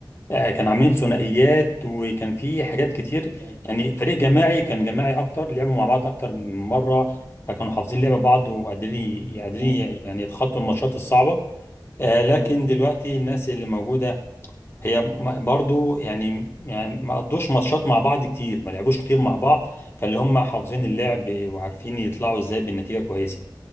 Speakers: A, on the left; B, on the right.
A: آه، كانوا عاملين
B: مم،
A: ثنائيات وكان في حاجات كتير
B: مم،
A: يعني فريق جماعي كان جماعي اكتر لعبوا مع بعض اكتر من مره فكانوا حافظين لعب بعض وقادرين قادرين
B: مم،
A: يعني يتخطوا الماتشات الصعبه آه، لكن
B: مم،
A: دلوقتي الناس اللي موجودة هي م- برضو يعني يعني ما قضوش ماتشات مع بعض كتير ما لعبوش كتير مع بعض فاللي هم حافظين
B: مم،
A: اللعب وعارفين يطلعوا ازاي بالنتيجه كويسه